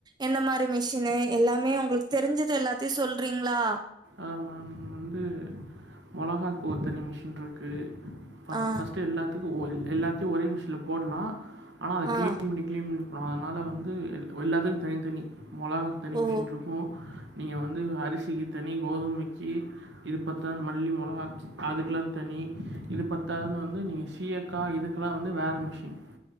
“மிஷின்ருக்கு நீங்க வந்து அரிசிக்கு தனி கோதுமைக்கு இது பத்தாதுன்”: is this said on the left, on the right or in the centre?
Right